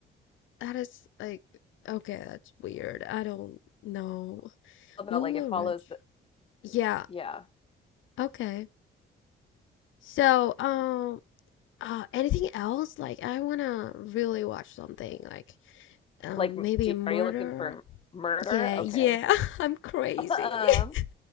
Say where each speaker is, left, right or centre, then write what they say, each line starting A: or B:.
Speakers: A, on the left; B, on the left.
A: that is like okay, that's weird. I don't know.
B: about
A: Lula
B: like it follows
A: Ridge.
B: the
A: Yeah,
B: yeah.
A: okay. So, um, uh, anything else? Like I wanna really watch something like um
B: Like,
A: maybe
B: do,
A: a murder.
B: are you looking for murder?
A: Yeah,
B: Okay.
A: yeah, <laughs> I'm crazy.
B: <laughs> Um,
A: <laughs>